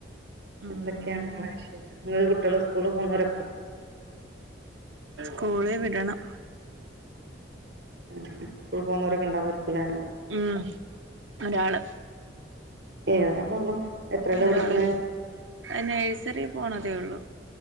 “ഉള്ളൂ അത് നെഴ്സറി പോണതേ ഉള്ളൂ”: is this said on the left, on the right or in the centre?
Right